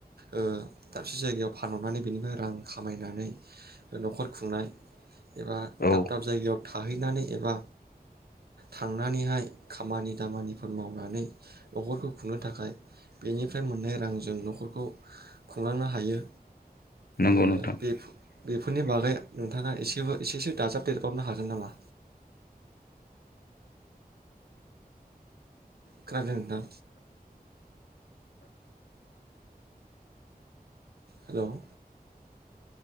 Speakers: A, on the right; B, on the left.
A: ओ दाबसे जायगायाव फानहरनानै बेनिफ्राय रां खामायनानै न'खर खुंनाय एबा
B: औ
A: दाब दाब जायगायाव थाहैनानै एबा थांनानैहाय खामानि दामानिफोर मावनानै न'खरखौ खुंनो थाखाय बेनिफ्राय मोननाय रांजों न'खरखौ खुंलांनो हायो
B: नंगौ
A: ओ
B: नोंथां
A: बेफोरनि बागै नोंथाङा एसेबो एसेसो दाजाब देरबावनो हागोन नामा खोनादों नोंथां हेल'